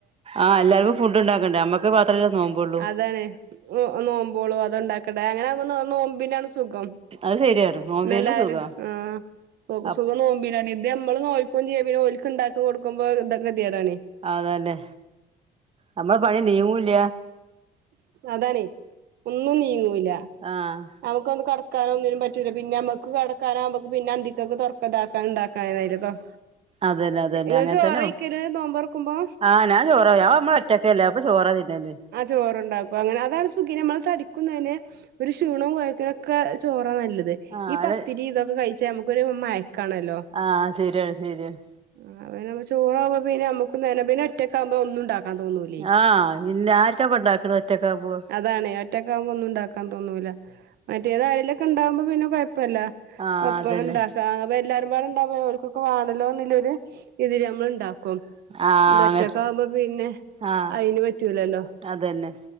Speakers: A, on the right; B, on the right.
A: ആ എല്ലാര്ക്കും ഫുഡ്ഡ് ഇണ്ടാക്കണ്ടേ നമ്മക്ക് മാത്രല്ലേ നോമ്പോള്ളൂ
B: അതങ്ങനെ ചെയ്യ് നോ നോമ്പോളൂ അത്ണ്ടാക്കട്ടെ. അങ്ങനെ ആവുമ്പോ നോമ്പിനാണ് സുഖം.
A: അത് ശരിയാണ് നോമ്പിനന്നെ
B: ന്നെല്ലാരും,
A: സുഖാ
B: ആഹ്
A: അപ്
B: സുഖം നോമ്പിനാണ്. ഇത് ഞമ്മള് നോൽകൂം ചെയ്യാ പിന്നെ ഓൽക്ക് ഇണ്ടാക്കി കൊട്ക്ക്മ്പോ എന്താ ഗെത്യേടാണെ.
A: അതന്നെ നമ്മളെ പണി നീങ്ങൂല്ല.
B: അതാണെയ്. ഒന്നും നീങ്ങൂല.
A: ആഹ്.
B: നമുക്കൊന്ന് കെട്ക്കാനൊന്നിനും പറ്റൂല. പിന്നമ്മക്ക് കെടക്കാനാവാമ്പക്ക് പിന്നന്തിക്കക്ക് തൊർക്കതാക്കാന്ണ്ടാക്കാനായീലെ തൊർ
A: അതന്നെ അതന്നെ
B: ഇങ്ങള്
A: അങ്ങനെ
B: ചോറയ്ക്കല്
A: തന്നെ
B: നോമ്പർക്കുമ്പോ?
A: ആഹ് ഞാ ചോറാ. ഞാ നമ്മ ഒറ്റക്കല്ലെ അപ്പ ചോറാ തിന്നല്.
B: ആഹ് ചോറുണ്ടാക്കും. അങ്ങന അതാണ് സുഖേ, നമ്മളെ തടിക്കു നല്ലെ. ഒരു ക്ഷീണു കൊയ്ക്കിനൊക്ക ചോറാ നല്ലത്.
A: ആഹ്
B: ഈ
A: അല്ല
B: പത്തിരിയും ഇതൊക്ക കയ്ച്ചാ നമുക്കൊര് മയക്കാണല്ലോ.
A: ആഹ് ശരിയാണ് ശരിയാണ്
B: ആഹ് അങ്ങനാവുമ്പോ ചോറാവ്മ്പ പിന്നമ്മ നെലവില് ഒറ്റക്കാവുമ്പ ഒന്നുണ്ടാക്കാൻ തോന്നുലെ.
A: ആഹ് പിന്നെ ആർക്കാപ്പ ഇണ്ടാക്കണ ഒറ്റക്കാവുമ്പോ
B: അ താണെ, ഒറ്റക്കാവുമ്പൊന്നുണ്ടാക്കാൻ തോന്നൂല. മറ്റേതായേലൊക്കണ്ടാവുമ്പ പിന്നെ കൊയ്പ്പല്ല.
A: ആഹ്
B: അപ്പൊ
A: അതന്നെ
B: എന്താക്കാ എല്ലാരുമ്പാടണ്ടാവുമ്പ ഓൽകൊക്കെ വാണല്ലോന്ന്ള്ളൊരു ഇതില് നമ്മള്ണ്ടാക്കും. കും.
A: ആഹ്
B: ഇതൊറ്റക്കാവുമ്പ
A: അങ്ങ
B: പിന്നെ
A: ആഹ്
B: അയ്ന് പറ്റൂലല്ലൊ.
A: അതന്നെ